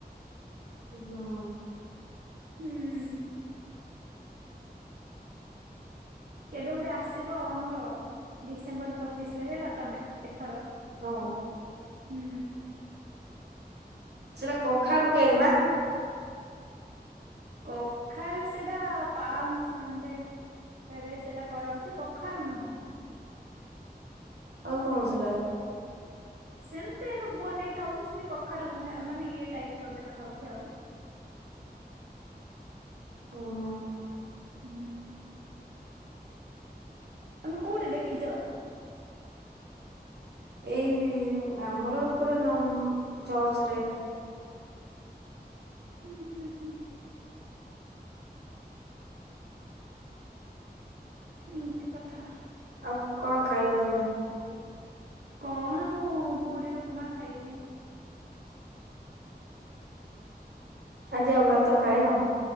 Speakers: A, on the right (about 85°); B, on the right (about 60°).
A: ହଁ।
B: ହୁଁ। କେବେ ଗୋଟେ ଆସିବ ଆମର ଡିସେମ୍ବର ପଚିଶ ରେ ହେଲା ତମେ ଏଥର।
A: ହଁ।
B: ହୁଁ।
A: ସେଟା କଖାରୁ କେକ୍ ନା।
B: କଖାରୁ ସେଟା ପାମ ସଣ୍ଡେ ରେ ସେଟା କରାହେଛି କଖାରୁ ନୁହଁ।
A: ଆଉ କଣ ସେଇଟା?
B: ସେମିତି ଏକ ବନେଇଥାଉଛି ସେମିତି କଖାରୁ ମାନେ ଇଏ ଟାଇପ ର ଦେଖାଯାଉଛି ଆଉ।
A: ହଁ।
B: ହୁଁ। ତମେ କୋଉଠି ଦେଖିଛ?
A: ଏଇ ଆମର ଏ ପଡେ ନମ ଚର୍ଚ୍ଚ ରେ।
B: ହୁଁ ହୁଁ ହୁଁ। ଏମିତି କଥା।
A: ଆଉ କଣ ଖାଇଲ ତମେ?
B: କଣ ମୁଁ ପୁରୀ ଉପମା ଖାଇଚି।
A: ଆଜି ଆଉ ଭାତ ଖାଇନ?